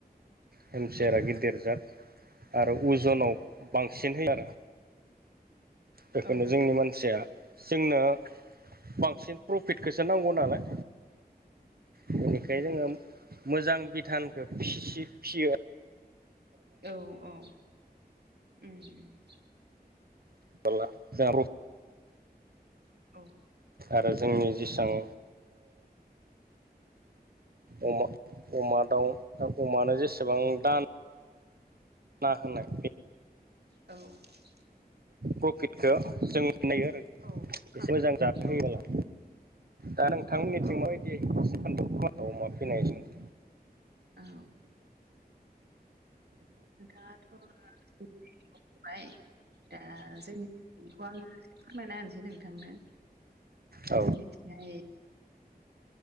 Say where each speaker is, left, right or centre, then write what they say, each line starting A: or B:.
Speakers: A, on the right; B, on the right.
A: हेम
B: लानाय
A: सियारा गिदिर जाद आरो उजनाव बांसिन होयो आरो बेखायनो
B: औ
A: जोंनि मानसिया जोंनो बांसिन प्रफिटखोसो नांगौ नालाय। बेनिखाय
B: देनाय
A: जोङो मोजां बिधानखो फिसि-सि-फियो।
B: औ देरनाय औ औ उम।
A: <inaudible>
B: औ।
A: आरो जोंनि
B: बिराद
A: जेसां ओ अमा-अमा दाउ अमानो जेसेबां दान ना होनाय बे
B: औ।
A: प्रफिटखो जों नायो आरो एसे
B: औ बोखांनानै
A: मोजां जाफे होयोबोला।
B: औ
A: दा नोंथांनि मिथिं
B: औ
A: माबायदि अमा फिनाय सोमोन्दै।
B: औ। दाथ' <unintelligible> बाय दा जोंनि थिंखौ आङो फोरमायना होनोसै नोंथांनो
A: औ
B: जोंनिथिंहाय